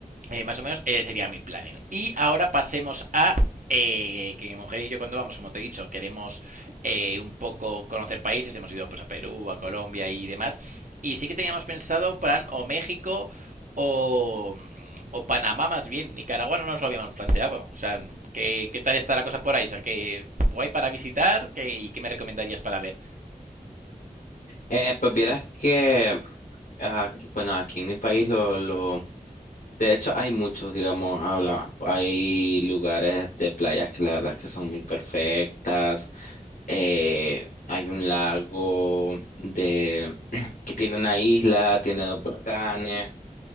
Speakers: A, on the right; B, on the left.
A: Eh, más o menos eh, sería mi planning. Y ahora pasemos a eh, que mi mujer y yo cuando vamos, como te he dicho, queremos eh, un poco conocer países, hemos ido pues a Perú, a Colombia y demás. Y sí que teníamos pensado plan o México o, o Panamá más bien. Nicaragua no nos lo habíamos planteado. O sea, ¿qué, qué tal está la cosa por ahí? O sea, ¿qué guay para visitar ¿Qué- y qué me recomendarías para ver?
B: Eh, pues vieras que, ah, bueno, aquí en mi país lo, lo De hecho, hay muchos, digamos, habla, hay lugares de playas que la verdad es que son muy perfectas. Eh, hay un lago de <clears throat> que tiene una isla, tiene dos volcanes,